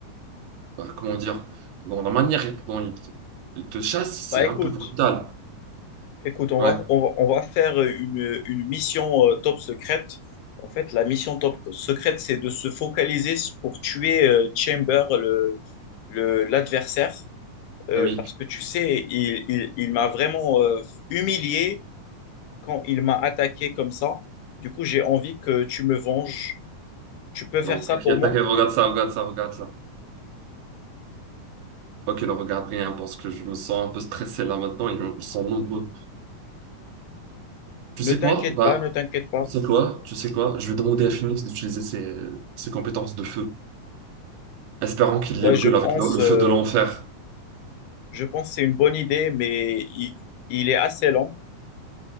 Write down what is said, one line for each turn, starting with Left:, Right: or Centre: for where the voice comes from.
Right: bah, comment dire, dans la manière dont il te, il te chasse, c'est
Left: Bah,
Right: un
Left: écoute,
Right: peu brutal.
Left: écoute, on
Right: Ouais,
Left: va, on va, on va faire une, une mission euh, top secrète. En fait, la mission top secrète, c'est de se focaliser pour tuer euh, Chamber, le, le, l'adversaire. euh,
Right: ah oui.
Left: parce que tu sais, il, il- il m'a vraiment euh, humilié quand il m'a attaqué comme ça. Du coup, j'ai envie que tu me venges. Tu peux faire
Right: Non,
Left: ça
Right: t'inquiète,
Left: pour moi?
Right: t'inquiète, regarde ça, regarde ça, regarde ça. Ok, ne regarde rien, parce que je me sens un peu stressé là maintenant, ils sont nombreux. Tu
Left: Ne
Right: sais
Left: t'inquiète
Right: quoi? Bah,
Left: pas, ne t'inquiète pas.
Right: tu sais quoi? Tu sais quoi? Je vais demander à Phoenix d'utiliser ses, ses compétences de feu, espérant qu'il
Left: Ouais,
Right: les brûle
Left: je pense,
Right: avec le, le
Left: euh,
Right: feu de l'enfer.
Left: je pense que c'est une bonne idée, mais il, il est assez lent.